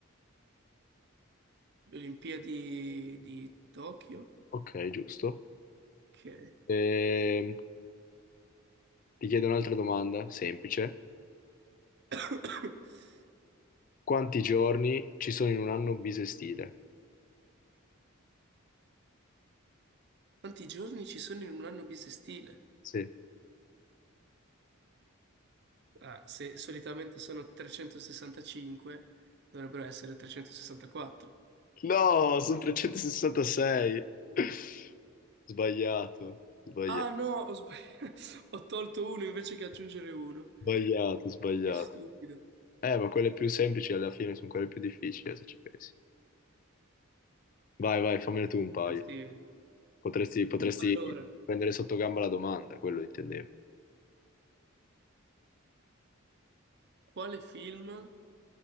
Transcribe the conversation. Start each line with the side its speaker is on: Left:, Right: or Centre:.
Right: le Olimpiadi di Tokyo?
Left: Ok, giusto.
Right: Ok.
Left: Ehm, ti chiedo un'altra domanda, semplice.
Right: <coughs>
Left: Quanti giorni ci sono in un anno bisestile?
Right: Quanti giorni ci sono in un anno bisestile?
Left: Sì.
Right: Ah, se solitamente sono 365, dovrebbero essere 364.
Left: No, sono 366. <laughs> Sbagliato, sbagliato.
Right: Ah no, ho sbagliato. <laughs> Ho tolto uno invece che aggiungere uno.
Left: Sbagliato, sbagliato.
Right: Che stupido.
Left: Eh, ma quelle più semplici alla fine sono quelle più difficili, eh, se ci pensi. Vai, vai, fammene tu un paio.
Right: Eh sì.
Left: Potresti, potresti
Right: Allora,
Left: prendere sotto gamba la domanda, quello intendevo.
Right: quale film